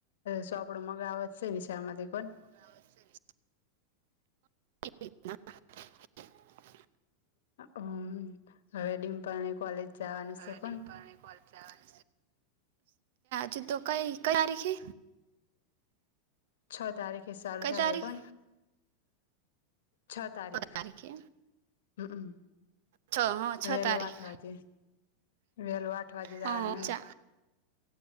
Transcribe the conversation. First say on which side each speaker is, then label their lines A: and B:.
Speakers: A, on the left (about 80°); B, on the right (about 65°).
A: શું આપડો મગાવજ છે નિશાળમાંથી કો
B: <inaudible> <inaudible>
A: હમ હવે ડિમપલની કોલેજ જવાનું
B: હજુ
A: છે
B: તો
A: કોણ
B: ડીમપલની કોલેજ જવાનુ કઈ કઈ તારીખે
A: છ તારીખે સાલુ
B: કઈ
A: થાય
B: તારીખ
A: હે કોણ છ તારીખ
B: તારીખે
A: હમ
B: છ હા છ
A: વેલું
B: તારીખ
A: આઠ વાજે વેલું આઠ વાજે
B: હા
A: જવાનું હોય
B: ચા